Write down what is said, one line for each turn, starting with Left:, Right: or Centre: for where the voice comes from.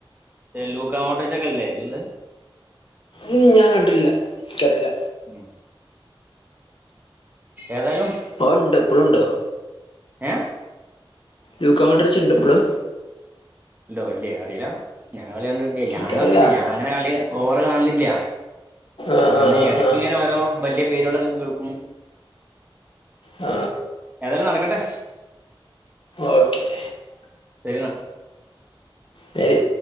Right: ലൂക്ക മോട്ടേഴ്സ് ഒക്കെല്ലേ ഇന്ന്.
Left: ഉ ഞാൻ ക്കണ്ടില്ല എനിക്കറില്ല.
Right: ഉ ഏതായാലും.
Left: ഓൺ ഉണ്ടോ ഇപ്പഴുണ്ടോ.
Right: ഏ
Left: ലൂക്ക മോണ്ടർച്ച് ഉണ്ടോ ഇപ്പോളും.
Right: ഇല്ലോ ഇല്ലേ അറിയില്ല, ഞാൻ കളി കണ്ടിട്ടില്ല. ഞാൻ
Left: എനിക്കറിയില്ല
Right: വന്നില്ല ഞാൻ അങ്ങനെ കളി ഓവർ കാണന്നില്ല.
Left: ആഹ്
Right: ഇങ്ങനെ
Left: ആഹ് ആഹ്
Right: ഇടക്കിങ്ങനെ
Left: ആഹ്
Right: ഓരോ വലിയ പേര ഉം
Left: ആ
Right: എന്താലും നടക്കട്ടെ.
Left: ഓക്കേ.
Right: ശരിന്നാ.
Left: ശരി.